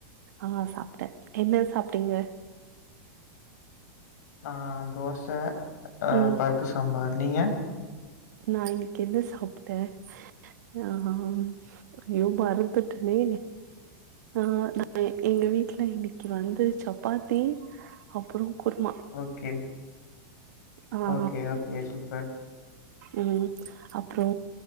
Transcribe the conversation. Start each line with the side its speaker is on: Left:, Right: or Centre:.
Right: ஆஹ் சாப்ட்டே என்ன சாப்பிட்டீங்க
Left: ஆ தோச ஆஹ்
Right: ம்
Left: பருப்பு சாம்பார் நீங்க
Right: நா இன்னைக்கு என்ன சாப்ட்ட ஆஹ் யோ மறந்துட்டனே ஆ நா எங்க வீட்டுல இன்னைக்கு வந்து சப்பாத்தி அப்புறொ குருமா
Left: ஓகே
Right: ஆ
Left: ஓகே ஓகே சூப்பர்
Right: ம் அப்புறொ